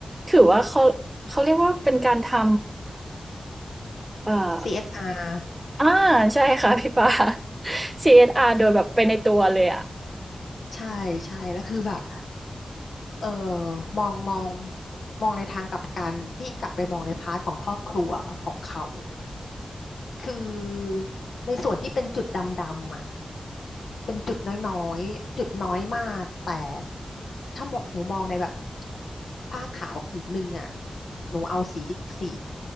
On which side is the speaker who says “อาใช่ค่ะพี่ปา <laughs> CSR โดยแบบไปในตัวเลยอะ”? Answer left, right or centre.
Right